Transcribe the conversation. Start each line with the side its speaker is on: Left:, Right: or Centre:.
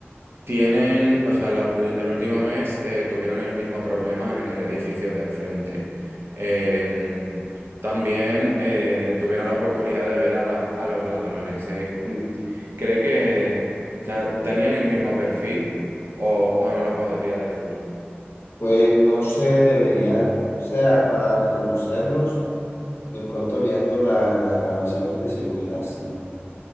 Right: Tienen, o sea, la- el último mes eh, tuvieron el mismo problema en el edificio de enfrente. Eh, también eh, tuvieron la oportunidad de ver a, a los ladrones. Eh, mm, cree que, o sea, tenían el mismo perfil o, o no lo podría decir.
Left: Pues no se debería, o sea, para reconocerlos, de pronto viendo la- las grabaciones de seguridad, sí,